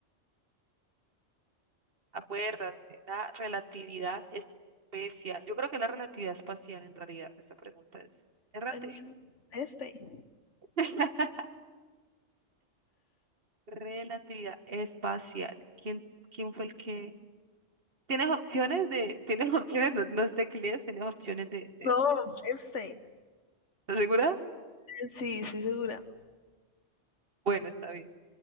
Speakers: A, on the right; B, on the left.
A: Acuérdate, la relatividad especial. Yo creo que es la relatividad espacial en realidad, esta pregunta es. Errate.
B: Ay, no sé. Este.
A: <laughs> Relatividad espacial. ¿Quién, quién fue el que? ¿Tienes opciones de, tienes <laughs> opciones, no, no es teclees, tienes opciones de, de-
B: No, este.
A: ¿Estás segura?
B: Sí, estoy segura.
A: Bueno, está bien.